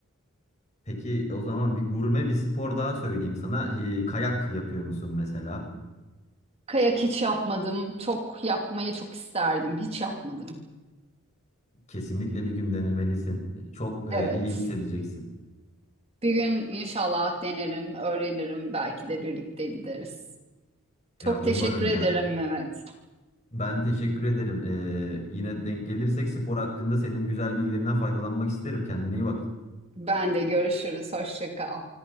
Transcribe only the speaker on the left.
Peki o zaman bir gurme bir spor daha söyleyeyim sana. Ee, kayak yapıyor musun mesela?
Kesinlikle bir gün denemelisin. Çok e,
iyi hissedeceksin.
Ya umarım
ya.
Ben teşekkür ederim. Ee, yine denk gelirsek spor hakkında senin güzel bilgilerinden faydalanmak isterim. Kendine iyi bak.